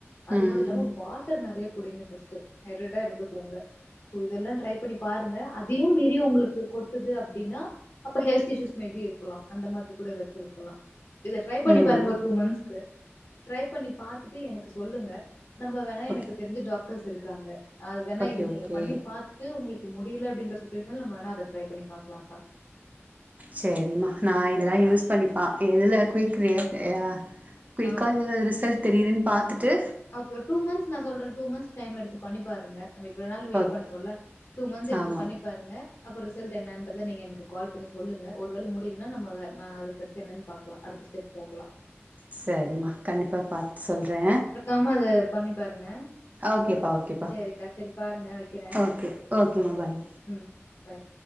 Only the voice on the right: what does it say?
ம்
ம்
ஓகே
ஓகே
ஓகே
செரிம்மா நா இதெல்லா
யூஸ் பண்ணிப்பா எதில குய்க் ரி ஏஅ குய்க்கா
இது ரிசல்ட் தெரியுதுன் பாத்துட்டு
ஓக்
ஆமா
சரிம்மா கண்டிப்பா பாத் சொல்றே
ஓகேப்பா ஓகேப்பா
ஓகே ஓகேம்மா பாய்